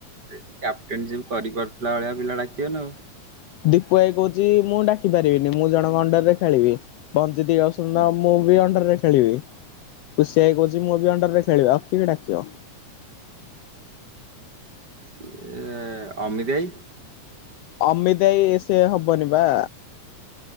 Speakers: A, on the right; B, on the left.
A: କ୍ୟାପ୍ଟେନସିପ୍ କରିପାରୁଥିଲା ଭଳିଆ ପିଲା ଡାକିବେନା ଆଉ।
B: ଦୀପୁ ଭାଇ କହୁଛି ମୁଁ ଡାକି ପାରିବିନି ମୁଁ ଜଣଙ୍କ ଅଣ୍ଡର ରେ ଖେଳିବି। ବଞ୍ଜିତ ଆ
A: ହୁଁ,
B: ମୁଁ ବି ଅଣ୍ଡରରେ ଖେଳିବି ଖୁସି ଭାଇ କହୁଛି ମୁଁ ବି ଅଣ୍ଡର ରେ ଖେଳିବି ଆଉ କି ଡାକିବ।
A: କିଏ ଅମିତ ଭାଇ
B: ଅମିତଭାଇ ସେ ହବନି ବା।